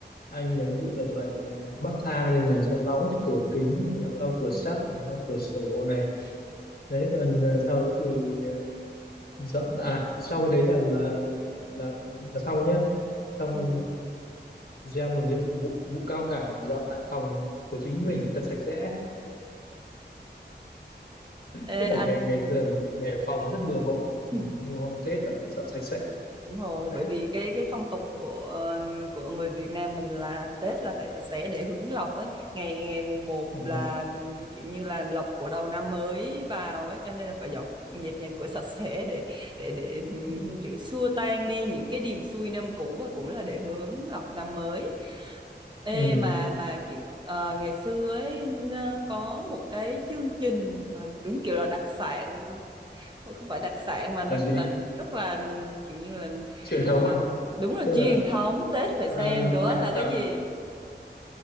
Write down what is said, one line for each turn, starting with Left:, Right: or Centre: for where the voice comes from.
Left: anh là ví dụ là phải à, bắc thang lên này xong lau hết cửa kính này xong lau cửa
Right: Ừ.
Left: sắt này lau cửa sổ này đấy còn à, sau đấy thì à, dọn à sau cái đấy là là là là xong nhá xong
Right: Ừ.
Left: gieo một nhiệm vụ, vụ cao cả là dọn lại phòng của chính mình thật sạch sẽ tức
Right: Ê
Left: là ngày
Right: anh
Left: ngày thường thì đề phòng rất bừa bộn ừ.
Right: <laughs>
Left: nhưng mà hôm Tết là phải dọn sạch sẽ
Right: đúng rồi
Left: đấy
Right: bởi vì cái cái phong tục của ờ, của người Việt Nam mình là Tết là phải sạch sẽ để hứng lộc ấy ngày ngày mùng một
Left: ừ.
Right: là ừm, kiểu như là lộc của đầu năm mới vào ấy cho nên là phải dọn dẹp nhà cửa sạch sẽ để để để ừm,
Left: Ừ.
Right: kiểu xua tan đi những cái điềm xui năm cũ và cũng là để hướng lộc năm mới Ê
Left: Ừ.
Right: mà mà kiểu ờ, ngày xưa ấy ờ, có một cái chương trình mà đúng kiểu là đặc sản không phải đặc sản mà
Left: Của
Right: nó
Left: gì
Right: là rất là kiểu như là
Left: truyền thống
Right: kiểu,
Left: à
Right: đúng là
Left: tức
Right: truyền
Left: là
Right: thống Tết
Left: ờ,
Right: phải xem đó
Left: ờ,
Right: là cái
Left: ờ,
Right: gì